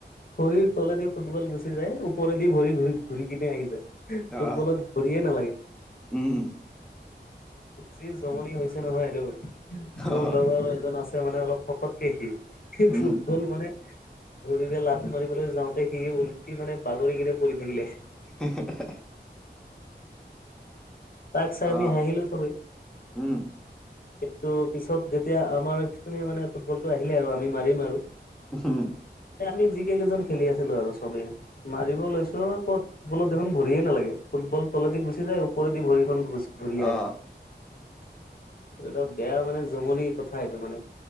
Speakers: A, on the left; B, in the centre.
A: খৰিৰ তলেদি ফুটবল গুচি যায় <unintelligible> ওপৰেদি ভৰি ঘূৰি কিনে আহি যায়, ফুটবলত
B: অ
A: ভৰি নালাগে।
B: উম
A: যি জমনি হৈছে নহয় এইটো, মোৰ
B: অ
A: লগৰ এজন আছে। মানে অলপ শকতকে সি, সি
B: উম
A: ফুটবল মানে। ভৰিৰে লাত মাৰিবলৈ যাওঁতে সি উলটি মানে বাগৰিকেনে পৰি থাকিলে।
B: হ <unintelligible>
A: তাক চাই আমি
B: অ
A: হাঁহিলো চব।
B: উম,
A: কিন্তু পিছত যেতিয়া আমাৰ মানে ফুটবলটো আহিলে আৰু আমি মাৰিম আৰু।
B: হুম।
A: আমি যিকেইজন খেলি আছিলো আৰু চবেই মাৰিব লৈছো ক'ত। ফুটবলত দেখন ভৰিয়ে নালাগে, ফুটবল তলদি গুচি। যায় ওপৰেদি ভৰিখন ঘূৰি আহে
B: অ',
A: এই এটা বেয়া মানে জমনি কথা এইটো মানে।